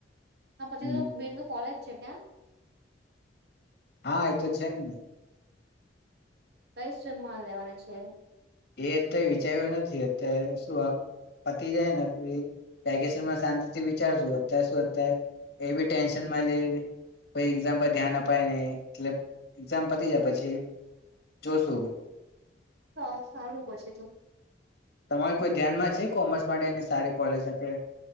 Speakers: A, on the right; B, on the left.
A: હ પછી
B: હમ
A: તો બેનનું કોલેજ છે કેમ
B: હા એ તો છે જ ને
A: કઈ સીમમાં લેવાનું છે?
B: એ અત્યારે વિચાર્યું નથી અત્યારે શું આ પતી જાય ને તો <unintelligible> પેકેમાં શાંતિથી વિચાર શું અત્યારે શું અત્યારે એ બી ટેન્શનમાં લઈને પઈ એક્ઝામ પર ધ્યાન અપાય નઈ એટલે એક્ઝામ પતી જાય પછી જોશું.
A: હા સારું પછી તો
B: તમારે કોઈ ધ્યાનમાં છે કોમર્સ માટે એની સારી કોલેજ આપડે